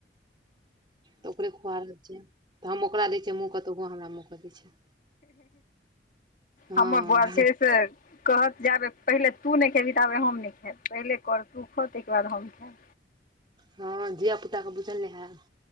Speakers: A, on the right; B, on the left.
A: तऽ ओकरे खुआ रहल छियै, तऽ हम ओकरा दै छियै मुँहँ क तऽ, ओहो हमरा मुँह के दै छै। हँ
B: हमर बौआ छै से कहत जाबे पहिले तू नहि खेबही, ताबे हम नहि खायब, पहिले कोर तू खो, ताहिके बाद हम खायब।
A: हँ, धिया पुता क बुझल नै है।